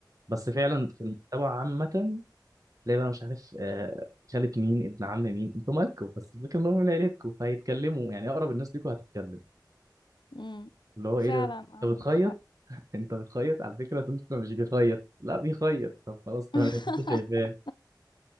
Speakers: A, on the right (about 50°); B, on the left (about 75°).
A: بس فعلا في المجتمع عامه تلاقي بقى مش عارف آه، خالة مين ابن عم مين انتوا مالكم بس الفكره ان هم من عيلتكم فهيتكلموا يعني اقرب الناس ليكوا هتتكلم
B: امم
A: اللي هو ايه
B: فعلا
A: ده
B: عندك
A: انت بتخيط
B: حق
A: انت بتخيط على فكره انت مش بيخيط لا بيخيط طب خلاص تمام
B: <laughs>
A: انت شايفاه